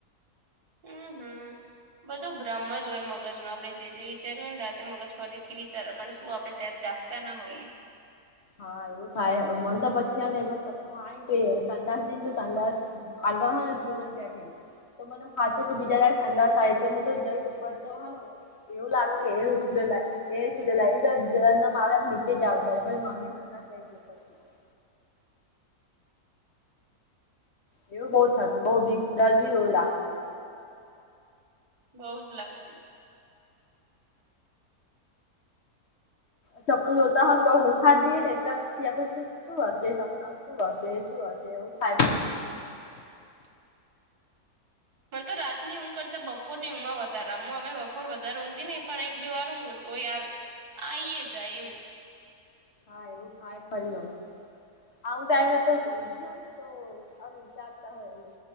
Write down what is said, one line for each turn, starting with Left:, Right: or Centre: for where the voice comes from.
Right: હમ હમ બધું બ્રહ્મ જ હોય મગજ ન આપડે જે વિચાર્યું હોય ને રાતે મગજ ફરીથી વિચાર પણ શું આપણે ત્યારે તાના હોઈએ
Left: હા, એવું થાય. મન તો પછી આમ એક સપનું આઇન બેહે, સંડાસ જઇ એન તો સંડાસ આગળ હે ને ચૂડલ બેઠી તો મને હાચું કે બીચારાને સંડાસ આઈ તો હું તો જઈ ઉપર તો હેં ને એવું લાગે કે એ હવે ચૂડેલા આઈ, એ ચૂડેલ આઈ, જયા વગર આમ ને આમ નીચે જ આવતા રહીએ પ મમ્મી સંડાસ લઈ જાય પછી જઈએ એવું બઉ થતું, બઉ બીક, ડર બી બહુ લાગતુ
Right: બઉ જ લાગતી
Left: સપનું જોતા હોય ને કોક ઉઠાડ દઈએ ને તો પછી આપને થાય સુ હસે સપનામા? સુ હસે, સુ હસે? એવું થાય તો
Right: મન તો રાતની ઊંઘ કરતા, બપોરની ઊંઘમાં વધાર રે, મ આમે બપોર વધારે ઊંઘતી નહી, પણ એક બે વાર ઊંઘું તોય આવે. આઈ એ જાય એવુ
Left: હા, એવું થાય ફરી ઓ આમુક ટાઈમે તો ઊંઘ્યું હોય ને તો આમ જાગતા હોઈએ.